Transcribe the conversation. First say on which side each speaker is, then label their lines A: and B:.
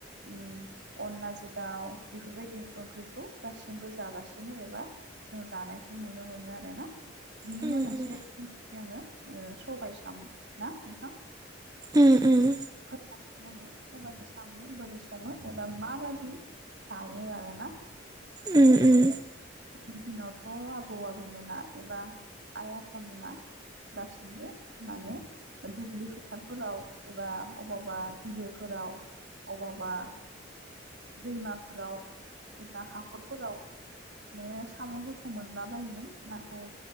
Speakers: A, on the right; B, on the right.
A: ओम अनलाजों दाउ बेफोरबायदि ओंख्रिखौ दासिमबो जागासिनो एबा जों जानायखौ नुनो मोनो आरोना बिनिनो
B: उम
A: मोनसे
B: उम
A: बुंनैसो आङो सबाय साम ना नोंथां
B: उम-उम
A: <unintelligible> आङो सबायजों साम' बोरै सङो एबा माबादि जायो आरोना
B: उम-उम
A: गोदोनि दिनावथ' आबौ आबै मोना एबा आइ आफा मोना गासैबो माने दुब्लि फोथारफोराव एबा अबावबा बिलोफोराव आबावबा दैमाफोराव एबा हाखरफोरावनो साम'फोरखौ मोनला बायोमोन नाथाय